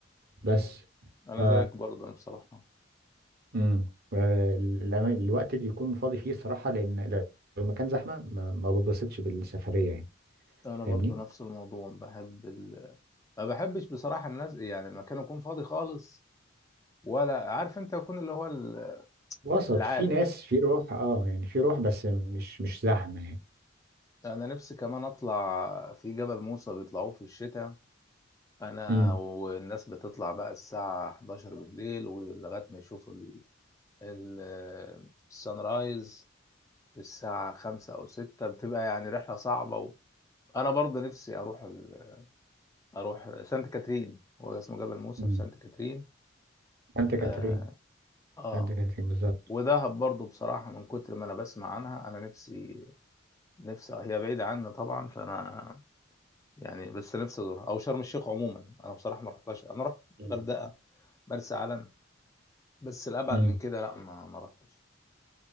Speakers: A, on the right; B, on the left.
A: بس
B: أنا
A: ف
B: زيك برضه نفسي أروحها
A: مم. ال- الأما- الوقت اللي يكون فاضي فيه الصراحه لان لو المكان زحمه ما ما بتبسطش بالسفريه يعني
B: أنا
A: فاهمني
B: برضه نفس الموضوع بحب ال... ما بحبش بصراحة الناس يعني المكان يكون فاضي خالص ولا عارف انت يكون اللي هو ال-
A: وسط
B: العادي
A: في ناس في روح اه يعني في روح بس مش مش زحمه يعني
B: انا نفسي كمان اطلع في جبل موسى بيطلعوه في الشتاء انا
A: امم
B: والناس بتطلع بقى الساعة 11 بالليل ولغاية ما يشوفوا ال- ال- السان رايز في الساعة 5 او 6 بتبقى يعني رحلة صعبة و... انا برضه نفسي اروح ال... اروح سانت كاترين هو اسمه جبل موسى
A: امم
B: في سانت كاترين
A: سانت
B: اه,
A: كاترين
B: آه.
A: سانت كاترين بالظبط
B: ودهب برضه بصراحة من كتر ما أنا بسمع عنها أنا نفسي نفسي هي بعيدة عني طبعا فأنا يعني بس نفسي ازورها او شرم الشيخ عموما انا بصراحه ما رحتهاش انا رحت
A: مم.
B: غردقه مرسى علم بس الابعد
A: مم.
B: من كده لا ما ما رحتش